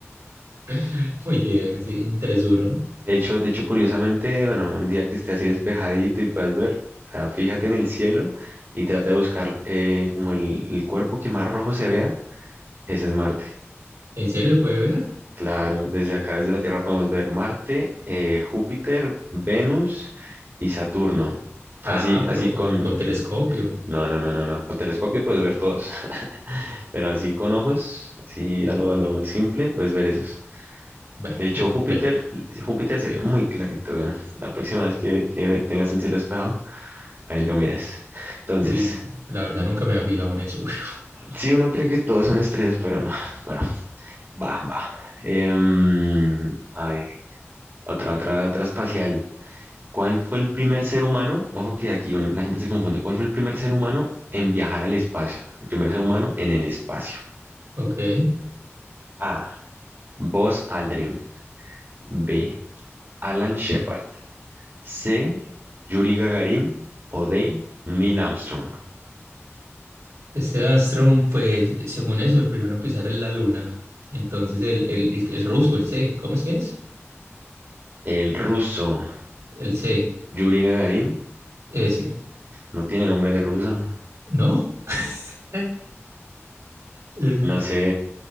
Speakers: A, on the right; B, on the right.
A: <laughs> Muy bien, sí. tres uno
B: De hecho, de hecho curiosamente, bueno, un día que esté así despejadito y puedas ver, o sea, fíjate en el cielo y trata de buscar eh, como el, el cuerpo que más rojo se vea, ese es Marte.
A: ¿En serio se puede ver?
B: Claro, desde acá, desde la Tierra podemos ver Marte, eh, Júpiter, Venus y Saturno. O sea,
A: Ah,
B: Así, así
A: pero con,
B: con,
A: con telescopio.
B: No, no, no, no, no. Con telescopio puedes ver todos. <laughs> Pero así con ojos, así a lo, a lo simple, puedes ver esos.
A: Ve,
B: De hecho,
A: no,
B: Júpiter,
A: ve.
B: Júpiter se ve muy clarito. ¿no? La próxima vez que, que tengas el cielo despejado, ahí lo miras. Entonces,
A: Uy, la verdad nunca me había fijado en eso. <laughs>
B: sí, uno cree que todos son estrellas, pero no. Bueno, va, va. Em, a ver, otra, otra, otra espacial. ¿Cuál fue el primer ser humano? Ojo que aquí un- la gente se confunde. ¿Cuál fue el primer ser humano en viajar al espacio? El primer ser humano en el espacio.
A: Ok.
B: A. Buzz Aldrin. B. Alan Shepard. C. Yuri Gagarin. O D. Neil Armstrong.
A: Este Astron, pues, según eso, el primero en pisar es la luna. Entonces, el, el, el, el ruso, el C, ¿cómo es que es?
B: El ruso
A: El C,
B: Yuri Gagarin
A: ese,
B: no tiene nombre de ruso.
A: ¿no? Eh, Ese.
B: No sé.